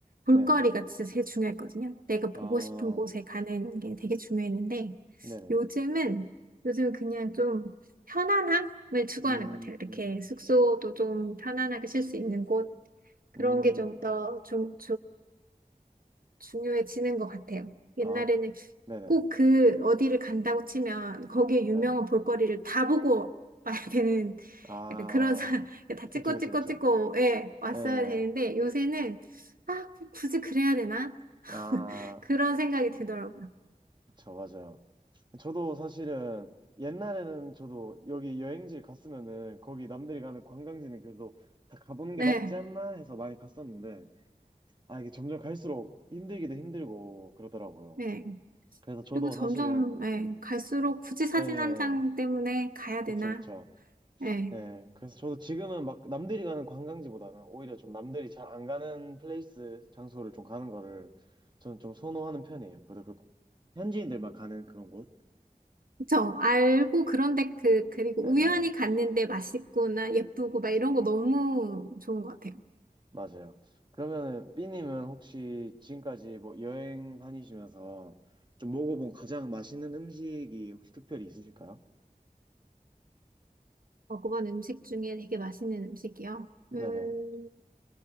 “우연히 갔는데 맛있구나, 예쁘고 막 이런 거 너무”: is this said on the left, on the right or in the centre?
Right